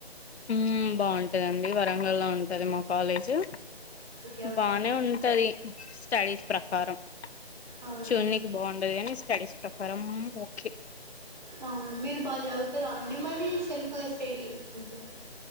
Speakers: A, on the left (about 80°); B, on the right (about 45°).
A: ఉ బావుటదండి వరంగల్ లో ఉంటది మా కాలేజీ
B: ఓకే ఓకే
A: బానే
B: అండి
A: ఉంటది స్టడీస్ ప్రకారం
B: అవును
A: చూనికి బాగుండది కాని స్టడీస్ ప్రకారం ఓకే
B: అవును మీరు బాగా చదువుతార అండి మళ్ళీ సెల్ఫ్ గా స్టడీ చేసుకుంటర